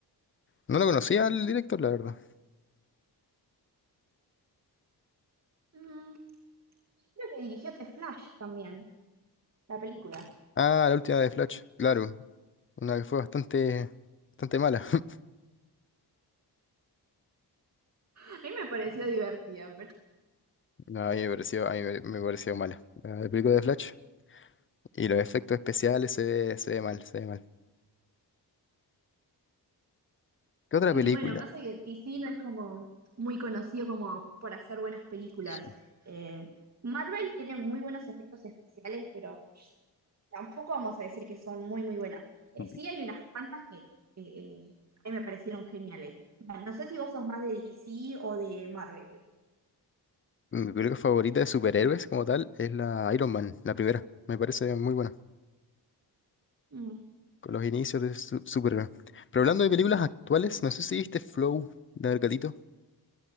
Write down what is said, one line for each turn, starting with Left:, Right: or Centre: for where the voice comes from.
Left: No lo conocía el director, la verdad.
Right: Mm, creo que dirigió The Flash también, la película.
Left: Ah, la última de Flash, claro, una que fue bastante, bastante mala. <laughs>
Right: A mí me pareció divertida,
Left: No, a mí me pareció, a mí me, me pareció mala. La la película de Flash y los efectos especiales se ve, se ve mal, se ve mal. ¿Qué otra
Right: Y
Left: película?
Right: bueno, pasa que DC no es como muy conocido como por hacer buenas películas.
Left: Sí.
Right: Eh, Marvel tiene muy buenos efectos especiales, pero tampoco vamos a decir que son muy, muy buenas. Eh,
Left: Mi
Right: sí hay unas cuantas que, que, eh, a mí me parecieron geniales. Bueno, no sé si vos sos más de DC o de Marvel.
Left: mi película favorita de superhéroes como tal es la Iron Man, la primera. Me parece muy buena,
Right: Mm.
Left: con los inicios de su- superhéroe. Pero hablando de películas actuales, no sé si viste Flow, la del gatito.